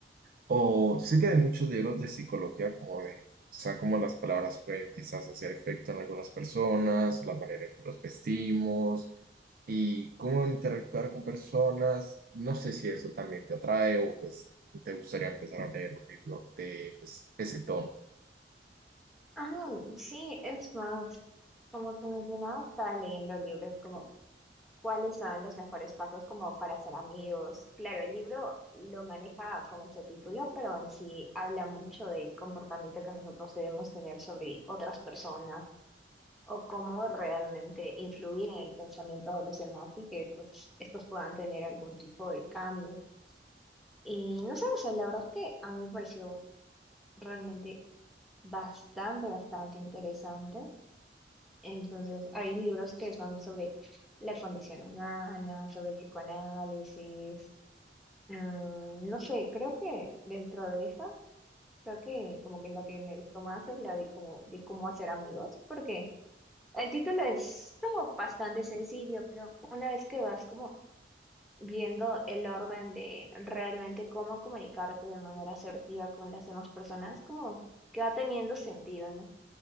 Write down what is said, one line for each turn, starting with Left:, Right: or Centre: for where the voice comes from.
Right: O sí que hay muchos libros de psicología, como de, o sea, cómo las palabras pueden quizás hacer efecto en algunas personas, la manera en que los vestimos y cómo interactuar con personas. No sé si eso también te atrae o pues te gustaría empezar a leer un libro de pues ese tono.
Centre: Ah, sí, es más, como tú mencionabas, estaba leyendo libros como cuáles son los mejores pasos como para ser amigos. Claro, el libro lo maneja con ese título, pero en sí habla mucho del comportamiento que nosotros debemos tener sobre otras personas o cómo realmente influir en el pensamiento de los demás y que pues estos puedan tener algún tipo de cambio. Y no sé, o sea, la verdad es que a mí me pareció realmente bastante, bastante interesante. Entonces, hay libros que son sobre la condición humana, sobre el psicoanálisis. mm, no sé, creo que dentro de eso, creo que como que lo que me gustó más es la de cómo, de cómo hacer amigos, porque el título es como bastante sencillo, pero una vez que vas como viendo el orden de realmente cómo comunicarte de manera asertiva con las demás personas, como que va teniendo sentido, ¿no?